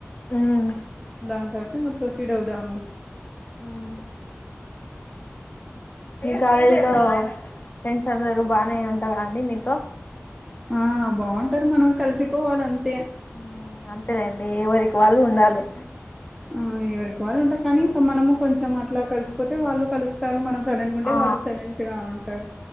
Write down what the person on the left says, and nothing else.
మ్మ్
ఊమ్ మీకాలేజ్లో ఫ్రెండ్స్ అందరు బానే ఉంటారండి మీ తో
ఆ అంతేలేండి ఎవరి వాళ్ళు ఉండాలి
ఆ